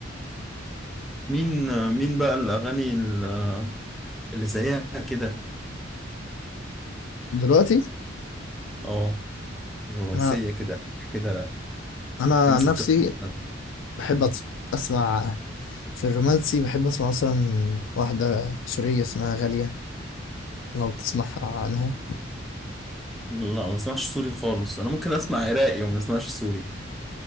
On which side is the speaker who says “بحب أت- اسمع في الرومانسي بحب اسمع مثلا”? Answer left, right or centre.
Left